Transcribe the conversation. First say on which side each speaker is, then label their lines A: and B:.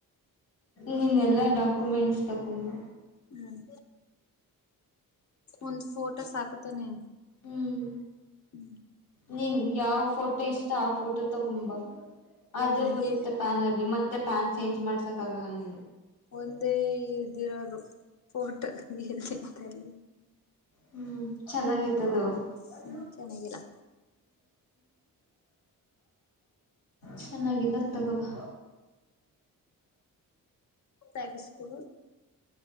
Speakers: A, on the left; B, on the left.
A: ನಿನ್ ಎಲ್ಲಾ ಡಾಕ್ಯುಮೆಂಟ್ಸ್ ತಕೊಂಡು ಬಾ.
B: ಹ್ಮ್ ಒಂದ ಫೋಟೋ ಸಾಕು ತಾನೇ.
A: ಹ್ಮ್
B: <inaudible>
A: ನೀನ್ ಯಾವ್ ಫೋಟೋ ಇಷ್ಟ ಆ ಫೋಟೋ ತಗೊಂಬ
B: ಹ್ಮ್
A: ಅದೇ ಬರುತ್ತೆ
B: ಈ
A: ಪ್ಯಾನಲ್ಲಿ ಮತ್ತ. ಮತ್ತೆ ಪಾನ್ ಚೇಂಜ್ ಮಾಡ್ಸಕಕ್ಕಗಲ್ಲ ನೀನು.
B: ಒಂದೇ ಇದ್ದಿರೋದು ಫೋಟೊ ಎಲ್ಲಿಂದ ತರ್ಲಿ.
A: ಹ್ಮ್ ಚೆನ್ನಾಗೈತ ಅದು. <unintelligible>
B: ಹ್ಮ್ ಚೆನ್ನಾಗಿಲ್ಲ
A: ಚೆನ್ನಾಗಿರೋದು ತಕೊಂಡುಬಾ.
B: ತೆಗಿಸ್ಕೊಡು.